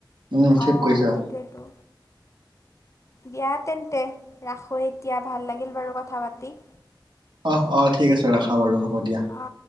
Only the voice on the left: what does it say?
অহ
সেইটোৱেতো। দিয়া তেন্তে ৰাখোঁ এতিয়া ভাল লাগিল বাৰু কথা পাতি।
অ।